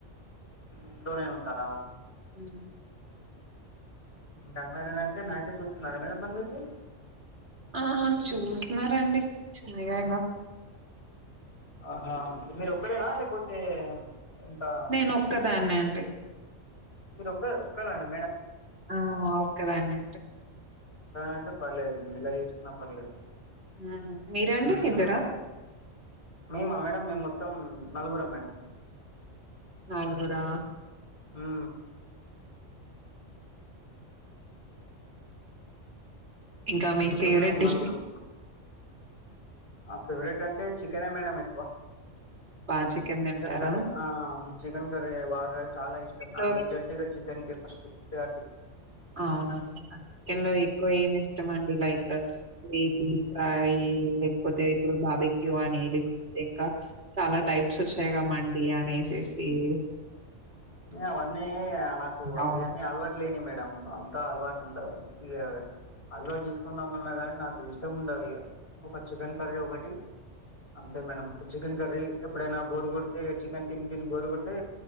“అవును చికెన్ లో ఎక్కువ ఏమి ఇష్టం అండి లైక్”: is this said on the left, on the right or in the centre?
Right